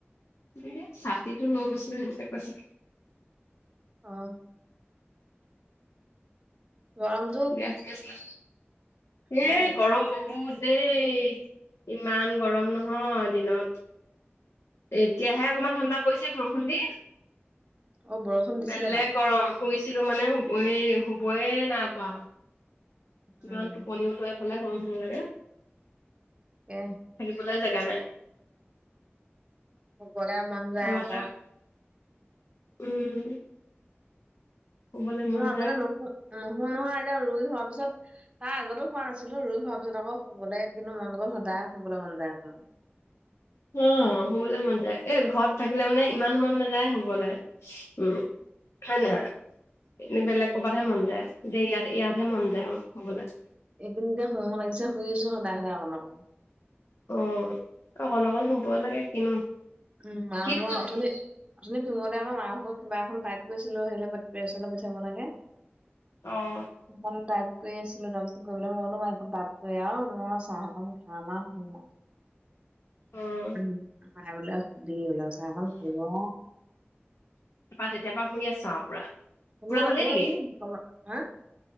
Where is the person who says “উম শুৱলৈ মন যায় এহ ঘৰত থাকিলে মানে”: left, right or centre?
Left